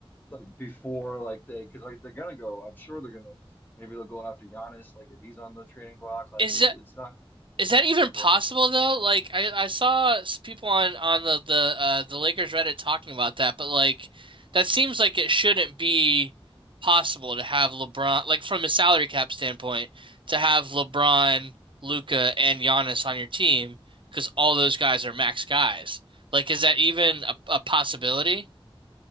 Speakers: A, on the left; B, on the right.
A: like before like they because like they're gonna go. I'm sure they're gonna maybe they'll go after Giannis like if he's on the trading block. Like
B: Is,
A: it,
B: uh,
A: it's not.
B: Is that even possible
A: Yeah,
B: though? Like I, I saw s- people on on the the uh, the Lakers Reddit talking about that, but like that seems like it shouldn't be possible to have LeBron like from a salary cap standpoint to have LeBron, Luca, and Giannis on your team because all those guys are max guys. Like is that even a, a possibility?